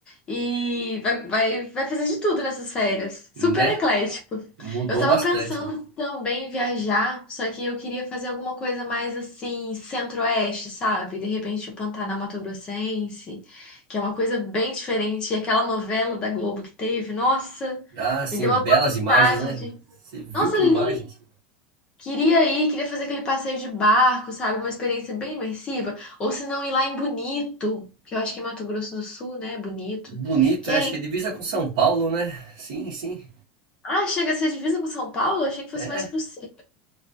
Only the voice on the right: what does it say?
Né?
Mudou
bastante.
Ah, sim,
belas
imagens, né?
Você viu
que
imagens?
Bonito,
né?
Acho que é divisa com São Paulo, né? Sim, sim.
É,